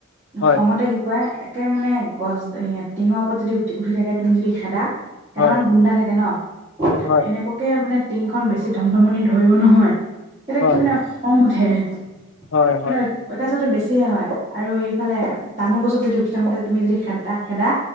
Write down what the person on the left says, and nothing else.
হয়,
হয়,
হয়,
হয়,
হয়,
হয়,